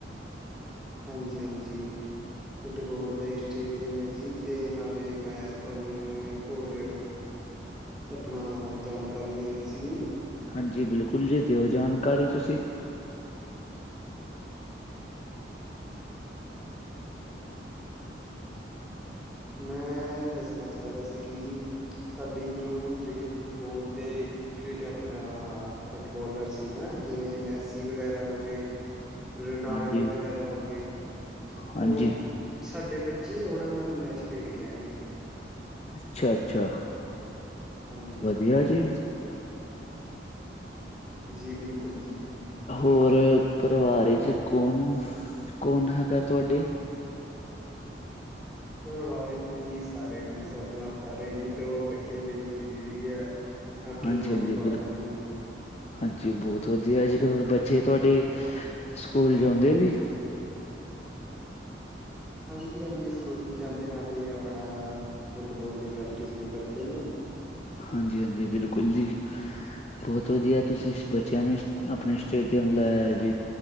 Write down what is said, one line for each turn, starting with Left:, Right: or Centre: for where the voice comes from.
Centre: ਹਾਂਜੀ-ਹਾਂਜੀ, ਫੁੱਟਬੋਲ ਦਾ ਈ ਸਟੇਡੀਅਮ ਐ ਜੀ ਅਤੇ ਨਾਲੇ ਮੈਂ ਤੁਹਾਨੂੰ ਇੱਕ ਹੋਰ ਆਪਣਾ ਜਾਣਕਾਰੀ ਦੇਣੀ ਸੀ।
Left: ਹਾਂਜੀ ਬਿਲਕੁਲ ਜੀ ਦਿਓ ਜਾਣਕਾਰੀ ਤੁਸੀਂ।
Centre: ਮੈਂ ਦੱਸਣਾ ਚਾਹੁੰਦਾ ਸੀ ਕਿ, ਸਾਡੇ ਇੱਧਰੋਂ ਜਿਹੜੇ ਫੁੱਟਬੋਲ ਦੇ ਆਪਣਾ, ਫੁੱਟਬੋਲਰਸ ਸੀਗਾ ਜਿਵੇਂ ਮੈਸੀ ਵਗੈਰਾ ਹੋ ਗਏ। ਰੋਨਾਲਡੋ
Left: ਹਾਂਜੀ
Centre: ਵਗੈਰਾ ਹੋ ਗਏ, ਉਹ
Left: ਹਾਂਜੀ
Centre: ਸਾਡੇ ਬੱਚੇ ਉਹਨਾਂ ਨਾਲ ਮੈਚ। ਖੇਡ ਕੇ ਆਈ ਏ।
Left: ਅੱਛਾ ਅੱਛਾ।
Centre: ਹਾਂਜੀ।
Left: ਵੀ ਆ ਜੀ।
Centre: ਜੀ ਬਿਲਕੁਲ ਜੀ।
Left: ਹੋਰ ਪਰਿਵਾਰ ਵਿੱਚ ਕੌਣ, ਕੌਣ ਹੈਗਾ ਤੁਹਾਡੇ।
Centre: ਪਰਿਵਾਰ ਵਿੱਚ ਜੀ ਸਾਰੇ ਜੀ ਸੁੱਖ ਨਾਲ ਸਾਰੇ ਜੀ ਦੋ ਬੱਚੇ ਨੇ ਜੀ ਬੀਵੀ ਐ। ਬਾਕੀ
Left: ਹਾਂਜੀ
Centre: ਮੰਮੀ
Left: ਹਾਂਜੀ
Centre: ਪਾਪਾ
Left: ਬਿਲ
Centre: ਨੇ ਜੀ।
Left: ਹਾਂਜੀ ਬਹੁਤ ਵਧੀਆ ਜੀ, ਹੋਰ ਬੱਚੇ ਤੁਹਾਡੇ ਸਕੂਲ ਜਾਦੇ ਨੇ?
Centre: ਹਾਂਜੀ ਹਾਂਜੀ ਸਕੂਲ ਵੀ ਜਾਂਦੇ ਨਾਲੇ ਆਪਣਾ ਫੁੱਟਬੋਲ ਦੀ ਪ੍ਰੈਕਟਿਸ ਵੀ ਕਰਦੇ ਨੇ।
Left: ਹਾਂਜੀ-ਹਾਂਜੀ ਬਿਲਕੁਲ ਜੀ। ਬੋਤ ਵਧੀਆ ਤੁਸੀਂ ਬੱਚਿਆਂ ਨੂੰ ਆਪਣੇ ਸਟੇਡੀਅਮ ਲਾਇਆ ਜੀ